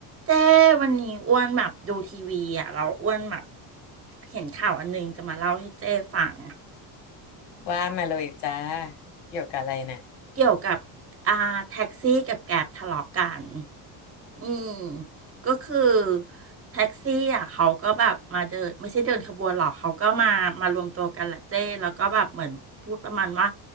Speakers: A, on the right (about 30°); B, on the left (about 60°).
A: เจ้ วันนี้อ้วนแบบดูทีวีอ่ะ เราอ้วนแบบเห็นข่าวอันนึงจะมาเล่าให้เจ้ฟัง
B: ว่ามาเลยจ้าเกี่ยวกับอะไรเนี่ย
A: เกี่ยวกับอ่าแท็กซี่กับแกร็บทะเลาะกันอืมก็คือแท็กซี่อ่ะเขาก็แบบมาเดินไม่ใช่เดินขบวนหรอกเขาก็มามารวมตัวกันแหละเจ้แล้วก็แบบเหมือนพูดประมาณว่า